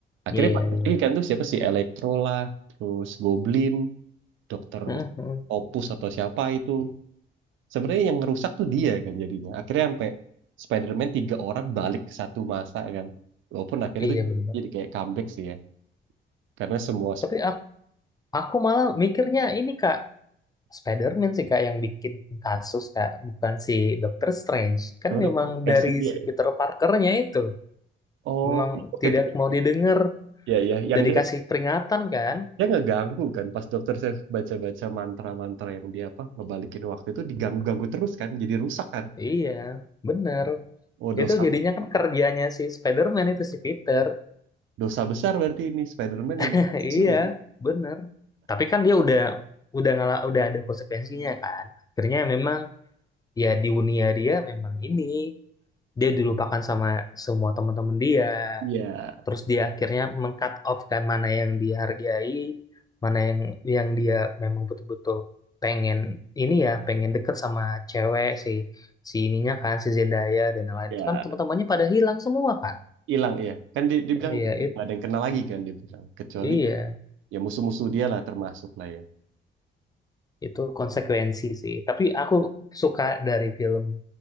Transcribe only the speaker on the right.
akhirnya
balik
lagi kan tuh siapa sih Electro lah terus Goblin Dokter
Opus atau siapa itu sebenarnya yang ngerusak tuh dia kan jadinya akhirnya sampai Spider-Man tiga orang balik ke satu masa kan walaupun akhirnya
tuh
jadi kayak comeback sih ya karena semua
sebenarnya
kombinasi
dia
ya.
Oh,
iya, oke,
oke, oke.
Ya, ya, yang
dia
ya nggak ganggu kan pas dokter saya baca-baca mantra-mantra yang dia apa ngebalikin waktu itu diganggu-ganggu terus kan jadi rusak kan
oh dosa
dosa besar berarti ini Spider-Man
emang kasusnya
di situ
ya
ya
hilang ya kan di- dibilang
nggak ada yang kenal lagi kan dia bilang kecuali
ya musuh-musuh dia lah termasuk lah ya